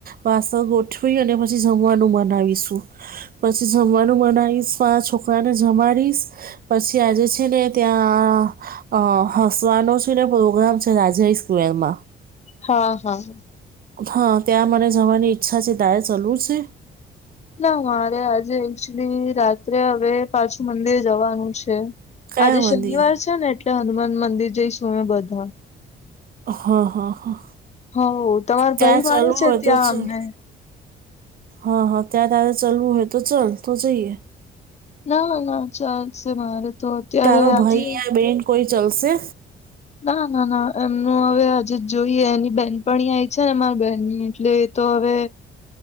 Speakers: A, on the right (about 50°); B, on the left (about 35°).
A: વાસણ ગોઠવી અને પછી જમવાનું મનાવીશું પછી જમવાનું બનાવીશ પા છોકરા ને જમાડીશ પછી આજે છે ને ત્યાં અ હસવાનો છે ને પ્રોગ્રામ છે રાજા સ્ક્વેર માં
B: હા હા
A: હા ત્યાં મને જવાની ઈચ્છા છે તારે ચાલવુ છે
B: ના મારે આજે એકચુલી રાત્રે હવે પાછું મંદિર જવાનું છે
A: કયા
B: આજે શનિવાર
A: મંદિર
B: છે ને એટલે હનુમાન મંદિર જઈશું અમે બધા
A: હા હા હા
B: હ તમારો
A: ત્યાં
B: ભાઈ વાણી
A: ચલવું
B: છે
A: હોય
B: ત્યાં
A: તો ચલ
B: આમને
A: હા હા ત્યાં તારા ચલવું હોય તો ચાલ તો જઈએ
B: ના ના ચાલશે મારે તો અત્યારે
A: તારો
B: આજે
A: ભાઈ યા બેન કોઈ ચલશે
B: ના ના ના એમનું હવે આજે જોઈએ એની બેહેન પણં આવી છે ને અમારી બેહેનની એટલે તો હવે